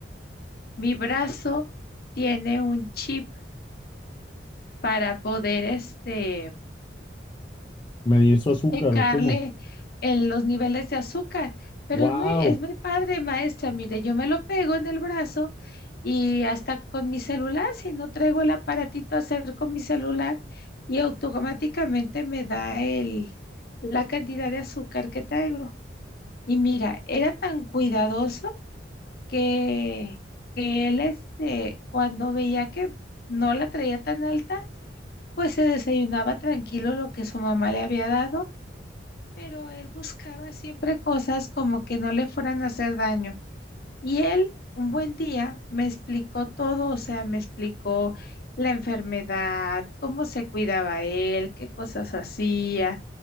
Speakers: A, on the left (about 55°); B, on the left (about 25°).
A: mi brazo tiene un chip para poder este,
B: medir su azúcar
A: checarle
B: o cómo.
A: el- los niveles de azúcar. Pero
B: ¡Wow!
A: es muy, es muy padre, maestra. Mire, yo me lo pego en el brazo y hasta con mi celular, si no traigo el aparatito a hacer con mi celular, y automáticamente me da el, la cantidad de azúcar que traigo. Y mira, era tan cuidadoso que, que él, este, cuando veía que no la traía tan alta, pues se desayunaba tranquilo lo que su mamá le había dado, pero él buscaba siempre cosas como que no le fueran a hacer daño. Y él, un buen día, me explicó todo, o sea, me explicó la enfermedad, cómo se cuidaba él, qué cosas hacía,